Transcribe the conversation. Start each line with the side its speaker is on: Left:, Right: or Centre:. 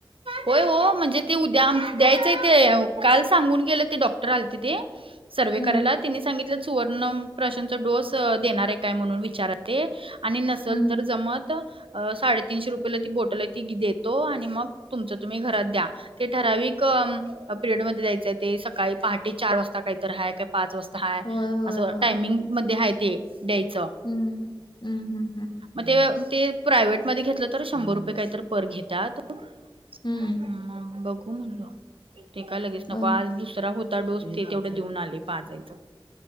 Right: होय हो म्हणजे ते उद्या द्यायचंय! ते काल सांगून गेलं. ते डॉक्टर आलते ते सर्व
Left: हम्म
Right: करायला तिने सांगितलं. सुवर्णप्राशनचा डोस देणार काय आहे. काय म्हणून विचार आणि न
Left: हम्म
Right: तर जमत साडेतीनशेला रुपयेला ती बोटल आहे. ती देतो आणि मग तुमचं तुम्ही घरात द्या. ते ठराविक पिरियडमध्ये जायचंय. ते सकाळी पहाटे चार वाजता काहीत हया का पाच वाजता हाय
Left: होय होय
Right: असं
Left: होय
Right: टायमिंग मध्ये आहे. ते द्यायचं
Left: हम्म हम् हम्म हम्म,
Right: मग ते ते प्रायव्हेट मध्ये घेतलं तर शंभर रुपये काहीत पर घेतात.
Left: हम्म
Right: अम बघू म्हणल ते काय लगेच. नको
Left: अ,
Right: आज दुसरा होत. डोस ते तेवढं देऊन आले पाजायच.